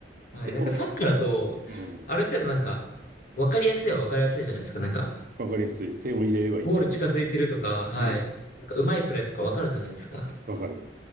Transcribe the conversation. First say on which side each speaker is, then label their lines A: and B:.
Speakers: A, on the left; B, on the right.
A: はい。
B: でも、
A: なんかサッカーだと、
B: うん。
A: ある程度なんか、わかりやすいはわかりやすいじゃないですか。なんか、
B: わかりやすい。点を入れればいいって話。
A: ゴール近づいてるとか、はい。
B: うん。
A: なんか、うまいプレーとかわかるじゃないですか。
B: わかる。